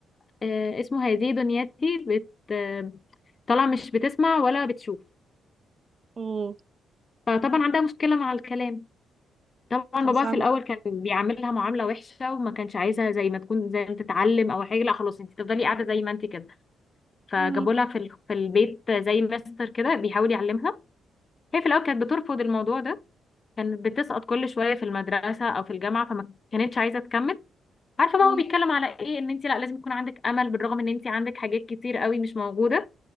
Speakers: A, on the left (about 35°); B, on the right (about 35°).
A: آه، اسمه هذه دنياتي بت آم، طالعه مش بتسمع ولا بتشوف
B: اوه
A: فطبعا عندها مشكلة مع الكلام طبعا
B: ده
A: باباها
B: صعب
A: في الأول
B: أوي.
A: كان بيعاملها معاملة وحشة وما كانش عايزها زي ما تكون زي ما تتعلم أو حاجة لا خلاص انت تفضلي قاعدة زي ما انت كده فجابوا
B: مم.
A: لها في ال- في البيت زي ماستر كده بيحاول يعلمها هي في الأول كانت بترفض الموضوع ده كانت بتسقط كل شوية في المدرسة أو في الجامعة فما كانتش عايزة تكمل عارفة بقى
B: مم.
A: هو بيتكلم على ايه ان انت لا لازم يكون عندك أمل بالرغم ان انت عندك حاجات كتير قوي مش موجودة